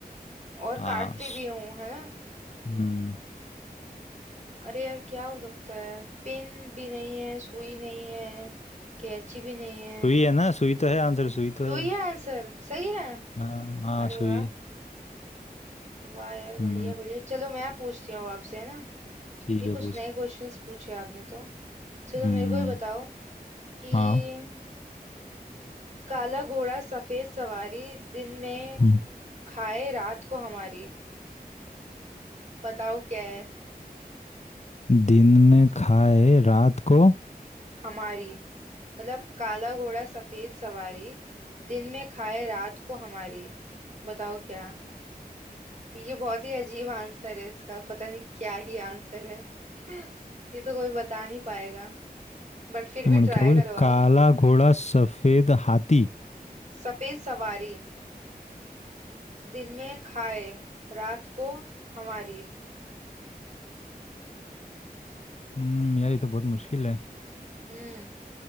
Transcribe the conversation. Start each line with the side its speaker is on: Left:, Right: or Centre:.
Right: और
Left: हाँ
Right: काटती
Left: सु-
Right: भी हूँ है ना
Left: हम्म
Right: अरे यार क्या हो सकता है पिन भी नहीं है सुई नहीं है कैंची भी नहीं है
Left: सुई है ना सुई तो है आंसर सुई तो है
Right: सुई है आंसर सही है
Left: हाँ हाँ
Right: अरे
Left: सुई
Right: वाह वाह यार बढ़िया
Left: हम्म
Right: बढ़िया चलो मैं पूछती हूँ अब आपसे है ना
Left: ठीक
Right: ये
Left: है
Right: कुछ
Left: पूछ
Right: नए क्वेश्चंस पूछे आपने तो चलो
Left: हम्म
Right: मेरे को ही बताओ कि
Left: हाँ
Right: काला घोड़ा सफेद सवारी दिन में
Left: हम्म
Right: खाए रात को हमारी बताओ क्या है
Left: दिन में खाए रात को
Right: हमारी मतलब काला घोड़ा सफेद सवारी दिन में खाए रात को हमारी बताओ क्या ये बहुत ही अजीब आंसर है इसका पता नहीं क्या ही आंसर है <laughs> ये तो कोई बता नहीं पाएगा बट फिर
Left: ये
Right: भी
Left: मैंने क्या
Right: ट्राई
Left: बोले
Right: करो
Left: काला
Right: आप
Left: घोड़ा सफेद हाथी
Right: सफेद सवारी दिन में खाए रात को हमारी
Left: हम्म यार ये तो बहुत मुश्किल है
Right: हम्म